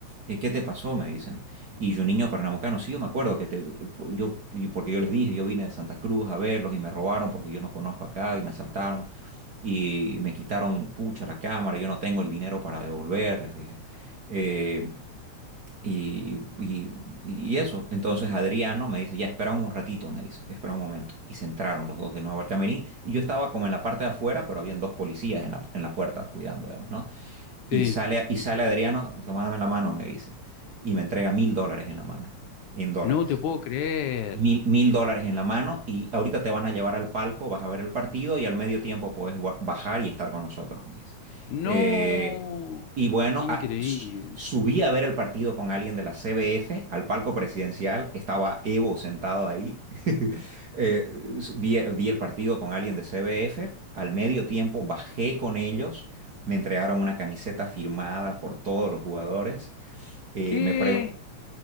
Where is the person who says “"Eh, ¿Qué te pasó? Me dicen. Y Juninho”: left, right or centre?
Right